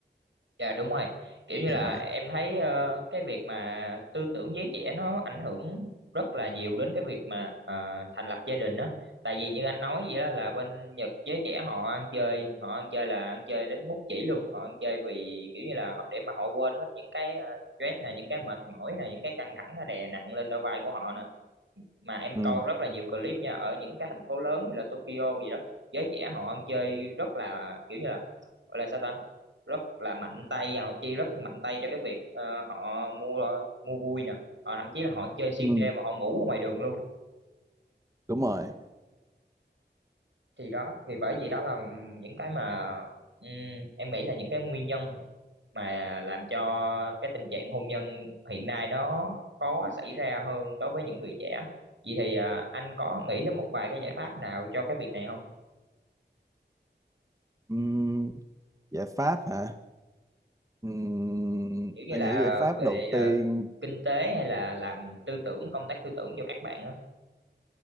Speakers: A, on the right; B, on the right.
A: Dạ đúng rồi. Kiểu như
B: Ờ,
A: là em thấy ờ, cái việc mà tư tưởng giới trẻ nó ảnh hưởng rất là nhiều đến cái việc mà ờ, thành lập gia đình đó. Tại vì như anh nói vậy đó là bên Nhật giới trẻ họ ăn chơi, họ ăn chơi là ăn chơi đến mút chỉ luôn. Họ ăn chơi vì kiểu như là họ để mà họ quên hết những cái ờ, stress nè, những cái mệt mỏi nè, những cái căng thẳng nó đè nặng lên đôi vai của họ nè mà em
B: Ừ.
A: coi rất là nhiều clip nha ở những cái thành phố lớn như là Tokyo gì đó giới trẻ họ ăn chơi rất là kiểu như là gọi là sao ta rất là mạnh tay và họ chi rất mạnh tay cho cái việc ờ, họ mua mua vui nè họ thậm chí là họ chơi xuyên
B: Ừ.
A: đêm mà họ ngủ ở ngoài đường luôn
B: đúng rồi
A: thì đó thì bởi vì đó là những cái mà ừm, em nghĩ là những cái nguyên nhân mà làm cho cái tình trạng hôn nhân hiện nay nó khó xảy ra hơn đối với những người trẻ vậy thì à, anh có nghĩ đến một vài cái giải pháp nào cho cái việc này không
B: Ừm, giải pháp hả? Ừm,
A: kiểu như
B: anh
A: là
B: nghĩ giải pháp
A: về
B: đầu tiên
A: à, kinh tế hay là làm tư tưởng công tác tư tưởng cho các bạn á